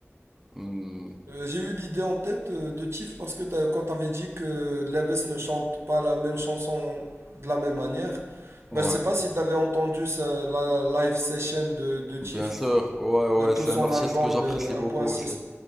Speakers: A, in the centre; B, on the right (about 60°).
A: Hmm,
B: Euh, j'ai eu l'idée en tête euh, de Tiff parce que t'as- quand t'avais dit que Lebes ne chante pas la même chanson de la même manière,
A: ouais,
B: ben, je sais pas si t'avais entendu sa- la live session de, de Tiff,
A: bien sûr, ouais, ouais,
B: de tout
A: c'est
B: son
A: un artiste
B: album,
A: que j'apprécie
B: le 1.6.
A: beaucoup aussi. Ouais,